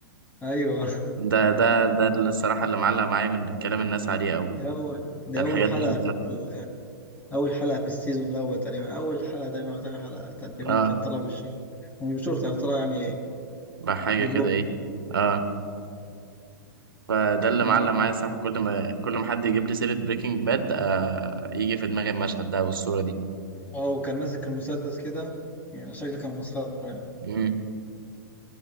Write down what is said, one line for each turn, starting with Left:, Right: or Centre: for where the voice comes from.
Left: أيوه <laughs>
Right: ده ده ده الصراحه اللي معلق معايا من كلام الناس عليه او
Left: ده أول ده
Right: الحاجات
Left: أول حلقة
Right: اللي شفتها
Left: في اول حلقه في السيزون الاول تقريبا اول حلقه تقريبا او تاني حلقه تقريبا
Right: اه
Left: كان طلع بالشيء هو مش بالشورت يعني طلع يعني
Right: بقى حاجة
Left: بالبوكس
Right: كده ايه اه فده اللي
Left: فاهمني
Right: معلق معايا الصراحة كل ما كل ما حد يجيب لي سيرة بريكنج باد آه يجي في دماغي المشهد ده والصورة دي
Left: اه وكان ماسك المسدس كده يعني شكله كان مسخره يعني
Right: امم